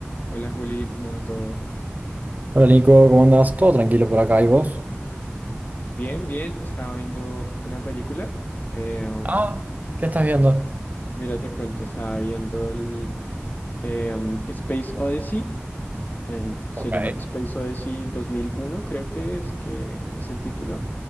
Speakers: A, on the left; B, on the right.
A: Hola Juli, ¿cómo va todo?
B: Hola Nico, ¿cómo andas? ¿Todo tranquilo por acá? ¿Y vos?
A: Bien, bien, estaba viendo una película. Eh,
B: Ah, ¿qué estás viendo?
A: mira, te cuento, estaba viendo el em, Space Odyssey, en- se
B: Ok.
A: llama Space Odyssey dos mil uno, creo que es, que es el título.